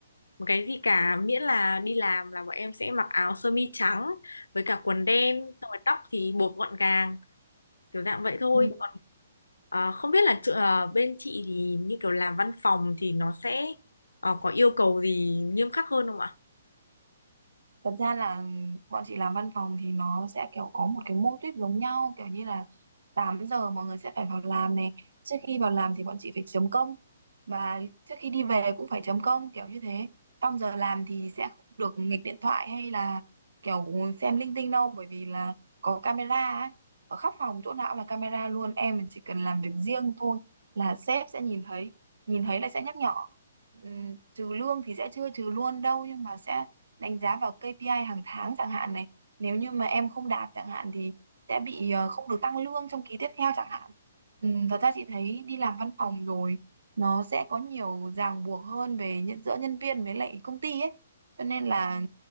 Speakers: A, on the left; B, on the right.
A: một cái gì cả miễn là đi làm là bọn em sẽ mặc áo sơ mi trắng với cả quần đen xong rồi tóc thì buộc gọn gàng kiểu dạng vậy thôi
B: ừ
A: còn à, không biết là chỗ- à, bên chị thì như kiểu làm văn phòng thì nó sẽ à, có yêu cầu gì nghiêm khắc hơn không ạ
B: Thật ra là bọn chị làm văn phòng thì nó sẽ kiểu có một cái mô típ giống nhau kiểu như là 8 giờ mọi người sẽ phải vào làm này trước khi vào làm thì bọn chị phải chấm công và trước khi đi về cũng phải chấm công kiểu như thế trong giờ làm thì sẽ không được nghịch điện thoại hay là kiểu xem linh tinh đâu bởi vì là có camera ấy. ở khắp phòng chỗ nào cũng là camera luôn em chỉ cần làm việc riêng thôi là sếp sẽ nhìn thấy nhìn thấy là sẽ nhắc nhở Ừm, trừ lương thì sẽ chưa trừ luôn đâu nhưng mà sẽ đánh giá vào KPI hàng tháng chẳng hạn này nếu như mà em không đạt chẳng hạn thì sẽ bị ờ, không được tăng lương trong kỳ tiếp theo chẳng hạn ừ, thật ra chị thấy đi làm văn phòng rồi nó sẽ có nhiều ràng buộc hơn về nhận giữa nhân viên với lại công ty ấy cho nên là